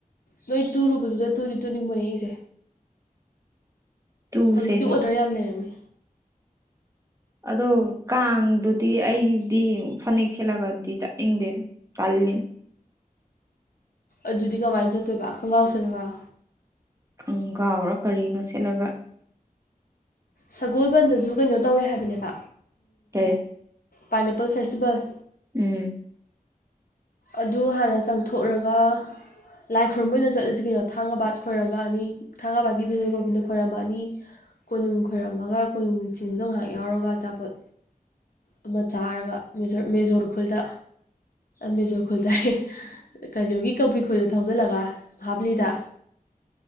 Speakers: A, on the left; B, on the right.
A: ꯅꯣꯏ ꯇꯨꯨꯔꯨꯕꯗꯨꯗ ꯇꯨꯗꯤ ꯇꯨꯅꯤꯡꯕꯅꯦ ꯑꯩꯁꯦ
B: ꯇꯨꯁꯦ
A: ꯍꯧꯖꯤꯛꯇꯤ ꯑꯣꯔꯗꯔ ꯌꯥꯝ ꯂꯩꯔꯝꯃꯦ
B: ꯑꯗꯣ ꯀꯥꯡꯗꯨꯗꯤ ꯑꯩꯗꯤ ꯐꯅꯦꯛ ꯁꯦꯠꯂꯒꯗꯤ ꯆꯠꯅꯤꯡꯗꯦꯅꯦ ꯀꯜꯂꯤ
A: ꯑꯗꯨꯗꯤ ꯀꯃꯥꯏꯅ ꯆꯠꯇꯣꯏꯕ ꯈꯣꯡꯒ꯭ꯔꯥꯎ ꯆꯠꯂꯒꯥꯎ
B: ꯈꯪ ꯀꯥꯎꯔꯣ ꯀꯔꯤꯅꯣ ꯁꯦꯠꯂꯒ
A: ꯁꯒꯣꯜꯕꯟꯗꯖ ꯀꯩꯅꯣ ꯇꯧꯋꯦ ꯍꯥꯏꯕꯅꯦꯕ
B: ꯑꯦ
A: ꯄꯥꯏꯅꯦꯄꯜ ꯐꯦꯁꯇꯤꯚꯦꯜ
B: ꯎꯝ
A: ꯑꯗꯨ ꯍꯥꯟꯅ ꯆꯪꯊꯣꯛꯔꯒ ꯂꯥꯏ ꯈꯨꯣꯏꯔꯨꯝꯝꯕ ꯑꯣꯏꯅ ꯆꯠꯂꯁꯤ ꯀꯩꯅꯣ ꯊꯥꯡꯒꯕꯥꯠ ꯈꯣꯏꯔꯝꯕꯑꯅꯤ ꯊꯥꯡꯒꯥꯕꯒꯤ ꯕꯤꯖꯣꯏꯒꯣꯕꯤꯟꯗ ꯈꯣꯏꯏꯔꯝꯕ ꯑꯅꯤ ꯀꯣꯅꯨꯡ ꯈꯣꯏꯔꯝꯃꯒ ꯀꯣꯅꯨꯡ ꯆꯤꯡꯕꯗꯣ ꯉꯥꯏꯍꯥꯛ ꯌꯥꯎꯔꯒ ꯑꯆꯥꯄꯣꯠ ꯑꯃ ꯆꯥꯔꯒ ꯃꯦꯖꯣꯔ ꯈꯨꯜꯗ ꯃꯦꯖꯣꯔ ꯈꯨꯜꯁ ꯀꯔꯤꯣꯒꯤ ꯀꯧꯕꯕꯨꯤ ꯈꯨꯜꯗ ꯊꯧꯖꯤꯜꯂꯒ ꯍꯥꯞꯂꯤꯗ